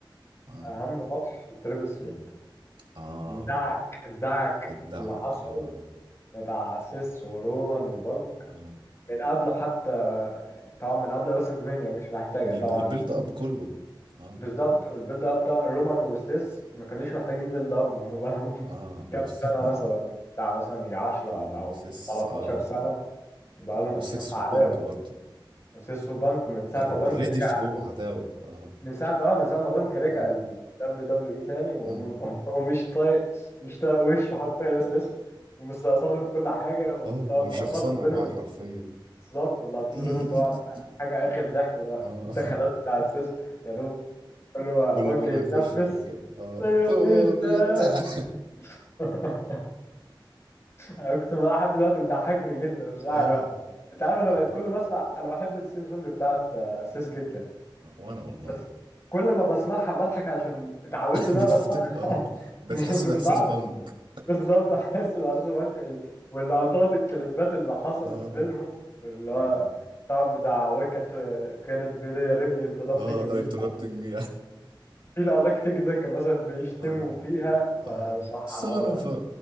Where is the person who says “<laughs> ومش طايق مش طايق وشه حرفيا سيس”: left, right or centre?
Left